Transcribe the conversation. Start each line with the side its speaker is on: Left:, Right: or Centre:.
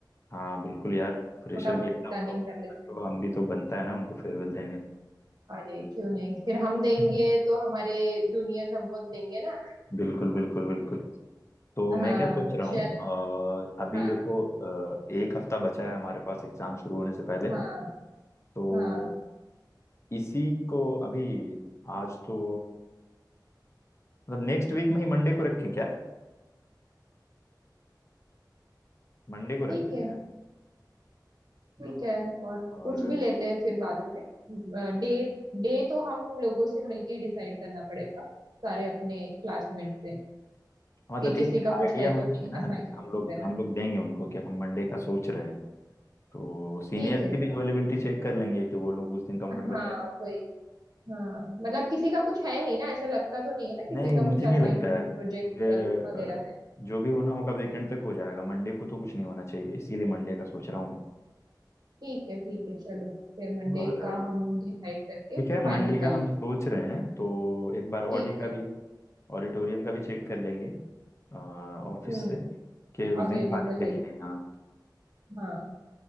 Left: हाँ बिल्कुल यार प्रेशर
Right: मोटा मोटी
Left: दिया था
Right: प्लानिंग
Left: हम लोगों ने
Right: कर लेते
Left: तो हम भी तो बनता है ना उनको फेयरवेल देंगे
Right: अरे क्यों नहीं फिर हम देंगे
Left: <laughs>
Right: तो हमारे जूनियर्स हमको देंगे ना
Left: बिल्कुल बिल्कुल बिल्कुल तो
Right: हाँ
Left: मैं क्या सोच रहा हूँ
Right: चलो
Left: अ, अभी
Right: हाँ
Left: देखो अ, एक हफ्ता बचा है हमारे पास एग्जाम शुरू होने से पहले
Right: हाँ
Left: तो
Right: हाँ
Left: इसी को अभी आज तो मतलब नेक्स्ट वीक में ही मंडे को रखें क्या मंडे को
Right: ठीक
Left: रख लेते
Right: है
Left: हैं
Right: ठीक है और
Left: और
Right: पूछ भी लेते हैं फिर बाद में डेट डे तो हम लोगों से मिलके डिसाइड करना पड़ेगा सारे अपने क्लासमेट से
Left: मतलब
Right: कि किसी
Left: एक
Right: का
Left: आइडिया
Right: कुछ है
Left: होना
Right: तो नहीं
Left: चाहिए ना
Right: असाइनमेंट
Left: जैसे हम
Right: वगैरह
Left: लोग हम लोग देंगे उनको कि हम मंडे का सोच रहे हैं तो सीनियर्स
Right: ठीक है
Left: की भी अवेलेबिलिटी चेक कर लेंगे कि वो लोग उस दिन कंफर्टेबल
Right: हाँ
Left: है
Right: वही हाँ मतलब किसी का कुछ है नहीं ना ऐसा लगता तो नहीं है ना किसी
Left: नहीं
Right: का
Left: मुझे
Right: कुछ असाइनमेंट
Left: नहीं लगता है
Right: प्रोजेक्ट
Left: क्योंकि
Right: वगैरह
Left: अ,
Right: है
Left: जो भी होना होगा वीकेंड तक हो जाएगा मंडे को तो कुछ नहीं होना चाहिए इसीलिए मंडे का सोच रहा हूँ मैं
Right: ठीक है ठीक है चलो फिर मंडे
Left: और
Right: का हम डिसाइड करके
Left: ठीक
Right: फाइनल
Left: है मंडे का
Right: कर लेंगे
Left: हम सोच रहे हैं तो एक बार ऑडी
Right: ठीक
Left: का
Right: है
Left: भी ऑडिटोरियम का भी चेक कर लेंगे ऑफिस
Right: हम्म
Left: से कि उस
Right: अवेलेबल
Left: दिन खाली है
Right: है
Left: कि नहीं हाँ।
Right: हाँ